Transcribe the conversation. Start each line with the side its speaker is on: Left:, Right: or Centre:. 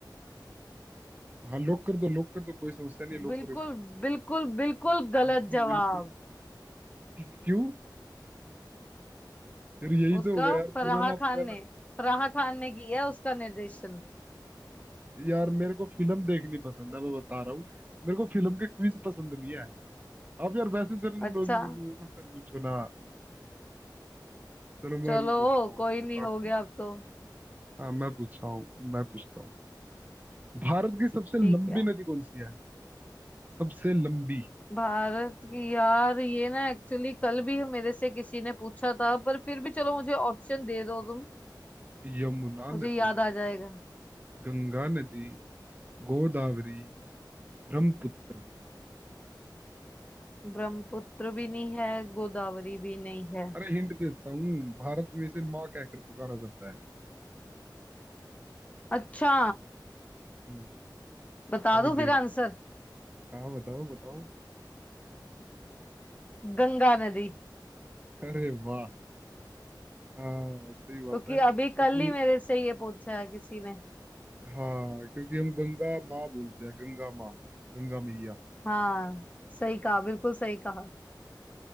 Right: हाँ लॉक कर दो लॉक कर दो कोई समस्या नहीं है, लॉक
Left: बिल्कुल
Right: करो इसको
Left: बिल्कुल बिल्कुल गलत
Right: बिल्कुल
Left: जवाब
Right: बिल्कुल क्यों फिर यही
Left: उसका
Right: तो होगा यार
Left: फराह
Right: पुराना
Left: खान
Right: पुराना
Left: ने फराह खान ने किया उसका निर्देशन
Right: यार मेरे को फिल्म देखनी पसंद है मैं बता रहा हूँ मेरे को फिल्म के क्विज पसंद नहीं आए आप यार वैसे जनरल
Left: अच्छा
Right: नॉलेज के क्वेश्चन पूछो ना चलो मैं
Left: चलो
Right: अभी पूछता हूँ
Left: कोई
Right: आपसे
Left: नहीं
Right: आप
Left: हो गया अब तो
Right: हाँ मैं पूछता हूँ मैं पूछता हूँ भारत की सबसे
Left: ठीक
Right: लंबी
Left: है
Right: नदी कौन सी है सबसे लंबी
Left: भारत की यार ये ना एक्चुअली कल भी मेरे से किसी ने पूछा था पर फिर भी चलो मुझे ऑप्शन दे दो तुम
Right: यमुना
Left: मुझे
Right: नदी
Left: याद आ जाएगा
Right: गंगा नदी गोदावरी ब्रह्मपुत्र
Left: ब्रह्मपुत्र भी नहीं है गोदावरी भी नहीं है
Right: अरे हिंट देता हूँ भारत में इसे माँ कहकर पुकारा जाता है
Left: अच्छा
Right: हम्म,
Left: बता
Right: अभी
Left: दूं
Right: देख
Left: फिर आंसर
Right: लो हाँ बताओ बताओ
Left: गंगा नदी
Right: अरे वाह हाँ सही बात
Left: क्योंकि
Right: है क्योंकि
Left: अभी कल ही मेरे से ये पूछा है किसी ने
Right: हाँ क्योंकि हम गंगा माँ बोलते हैं गंगा माँ गंगा मैया
Left: हाँ सही कहा बिल्कुल सही कहा